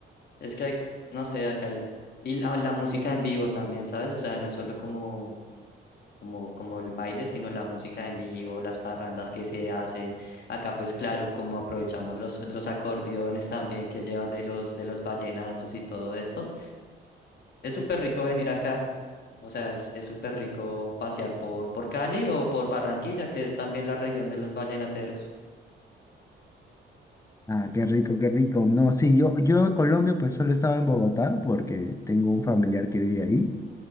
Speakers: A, on the left; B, on the left.
A: es que, no sé, acá el- y la, la música en vivo también, ¿sabes? O sea, no es solo como como, como el baile, sino la música en vivo, las parrandas que se hacen. Acá, pues claro, como aprovechamos los, los acordeones también que llevan de los, de los vallenatos y todo esto. Es súper rico venir acá. O sea, es, es súper rico pasear por, por Cali o por Barranquilla, que es también la región de los vallenateros.
B: Ah, qué rico, qué rico. No, sí, yo, yo en Colombia pues solo estaba en Bogotá porque tengo un familiar que vive ahí.